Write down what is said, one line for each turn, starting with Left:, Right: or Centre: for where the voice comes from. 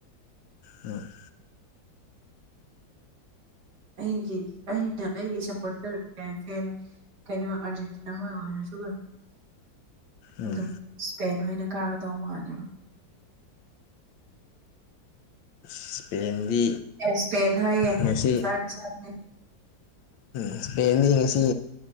Left: ꯎꯝ
Right: ꯑꯩꯒꯤ ꯑꯩꯅ ꯑꯩꯒꯤ ꯁꯞꯄꯣꯔꯇꯔ ꯐꯦꯟ ꯀꯩꯅꯣ ꯑꯥꯔꯖꯦꯟꯇꯤꯅꯥꯉꯣꯏ ꯑꯣꯏꯔꯁꯨ ꯒ
Left: ꯎꯝ
Right: ꯑꯗꯨꯝ ꯏꯁꯄꯦꯟ ꯑꯣꯏꯅ ꯀꯥꯒꯗꯧ ꯃꯥꯜꯂꯦꯕ
Left: ꯏꯁꯄꯦꯟꯗꯤ
Right: ꯑꯦ ꯏꯁꯄꯦꯟ ꯍꯥꯏꯌꯦ
Left: ꯉꯁꯤ
Right: ꯐ꯭ꯔꯥꯟꯁ ꯍꯥꯏꯕꯅꯦ
Left: ꯏꯁꯄꯦꯟꯗꯤꯪꯂꯤꯁꯤ